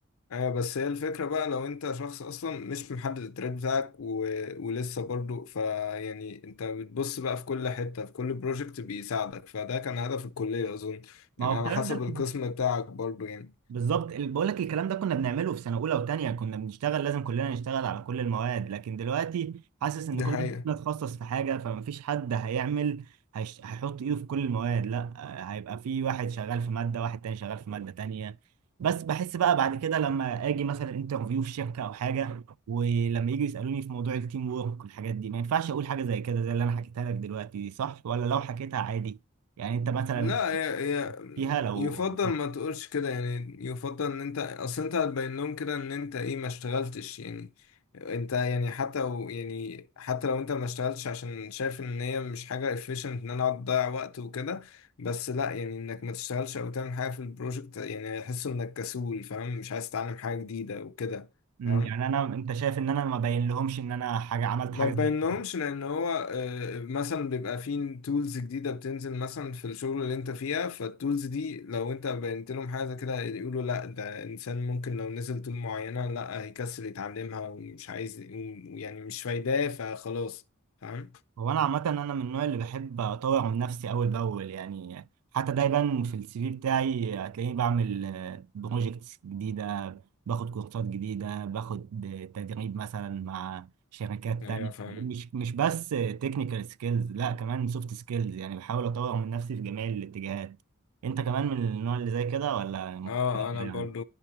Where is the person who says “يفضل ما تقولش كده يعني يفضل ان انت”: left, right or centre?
Left